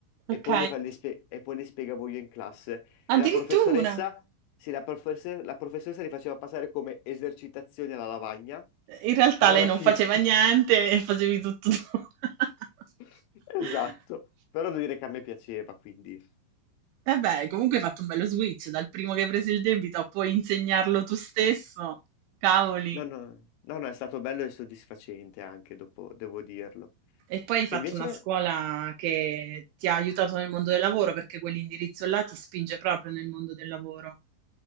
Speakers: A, on the left; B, on the right.
A: e
B: Ok.
A: poi le, fa- le spie- e poi le spiegavo io in classe. E
B: Addirittura.
A: la professoressa, sì, la professe- la professoressa li faceva passare come esercitazioni alla lavagna,
B: In realtà
A: però
B: lei
A: alla
B: non
A: fine,
B: faceva niente e facevi tutto tu. <laughs>
A: <laughs> esatto, però devo dire che a me piaceva, quindi
B: Eh beh, comunque hai fatto un bello switch, dal primo che hai preso il debito a poi insegnarlo tu stesso, cavoli.
A: no, no, no, no, è stato bello e soddisfacente anche dopo, devo dirlo.
B: E poi hai fatto
A: E invece,
B: una scuola che ti ha aiutato nel mondo del lavoro, perché quell'indirizzo là ti spinge proprio nel mondo del lavoro.